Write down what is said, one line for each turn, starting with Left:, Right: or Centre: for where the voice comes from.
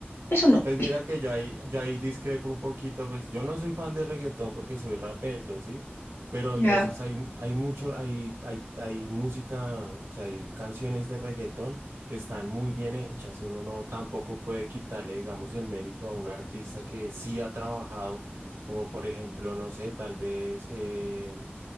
Left: eso no.
Right: Pues mira que yo ahí, yo ahí discrepo un poquito, pues yo no soy fan de reggaetón porque soy rapero, ¿sí? Pero
Left: Ya.
Right: entonces hay, hay mucho, hay, hay, hay música, o sea, hay canciones de reggaetón que están muy bien hechas. Uno no tampoco puede quitarle, digamos, el mérito a un artista que sí ha trabajado, como por ejemplo, no sé, tal vez eh,